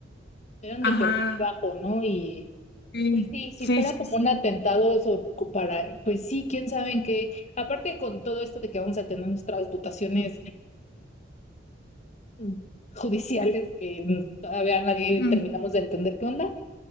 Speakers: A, on the left; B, on the left.
A: eran
B: Ajá,
A: de perfil bajo, ¿no? Y
B: sí,
A: pues sí, si
B: sí,
A: fuera
B: sí,
A: como
B: sí.
A: un atentado so- para, pues sí, quién sabe en qué. Aparte con todo esto de que vamos a tener nuestras reputaciones mm, judiciales que mm, todavía nadie
B: Ujú.
A: terminamos de entender qué onda,